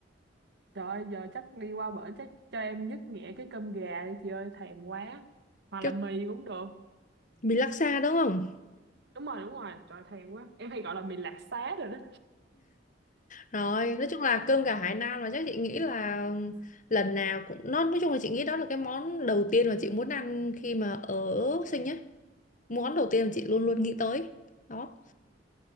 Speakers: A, on the right; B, on the left.
A: Trời ơi, giờ chắc đi qua bển chắc cho em dứt nhẹ cái cơm gà đi chị ơi, thèm quá. Hoặc
B: Cái
A: là mì cũng được.
B: mì laksa đúng không?
A: Đúng rồi, đúng rồi, trời ơi, thèm quá. Em hay gọi là mì lạc xá rồi đó.
B: Rồi, nói chung là cơm gà Hải Nam là chắc chị nghĩ là lần nào cũng nó nói chung là chị nghĩ đó là cái món đầu tiên mà chị muốn ăn khi mà ở sinh á. Món đầu tiên mà chị luôn luôn nghĩ tới. Đó.